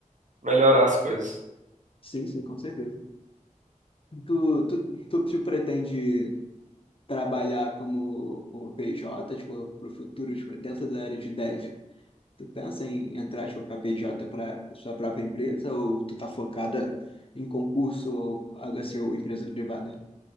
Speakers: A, on the right (about 65°); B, on the left (about 45°).
A: Melhorar as coisas.
B: Sim, sim, com certeza. Tu, tu, tu, tu pretende trabalhar como, como PJ, tipo, pro futuro, tipo, dentro da área de dev? Tu pensa em entrar, tipo, para PJ para sua própria empresa ou tu tá focada em concurso ou algo assim, ou empresa privada?